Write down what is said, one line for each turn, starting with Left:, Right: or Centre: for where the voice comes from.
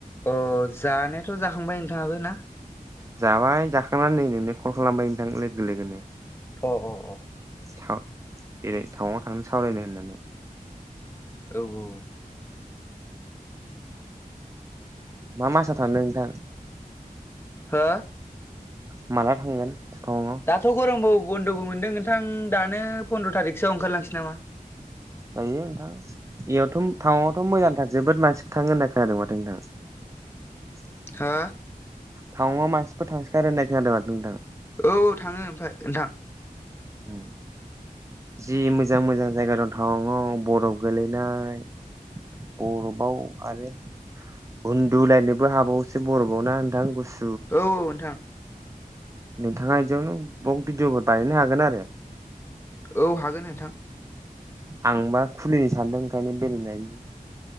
Left: अ जानायाथ' जाखांबाय नोंथाङाबो ना?
Right: जाबाय जाखांनानै नै नोंनो कल खालामबाय नोंथां लोगो लोगोनो
Left: अ अ अ
Right: टाउनआव बेरायनो थवां थांनोसै सावरायनो होननानै
Left: औ औ
Right: मा मासाव थांदों नोंथां
Left: हो
Right: माला थांगोन? टाउनाव
Left: दाथ' गरमबो बन्द'बो मोनदों नोंथां दानो पन्द्र' थारिखसोआव ओंखारलांसै नामा।
Right: जायो नोंथां बेयावथ' टाउनावथ' मोजांथार जोबोद मानसिफोर थाऔङो होनना खोनादों माथो नोंथां। <inaudible>
Left: हो
Right: टावांआव मानसिफोर थांसो गारो होननाय खोनादों माथो नोंथां।
Left: औ औ थांङो ओमफ्राय नोंथां
Right: उ जि मोजां मोजां जायगा दंथारो टावांआव बरफ गोलैनाय बरफाव आरो उन्दुलायनोबो हाबावोसो बर'बाव ना नोंथां गुस
Left: औ नोंथां
Right: नोंथाङा बिदियावनो बलक भिडिअफोर बानायनो हागोन आरो।
Left: औ हागोन नोंथां
Right: आंबा खुलिनो सान्दों ओंखायनो बेरायनायनि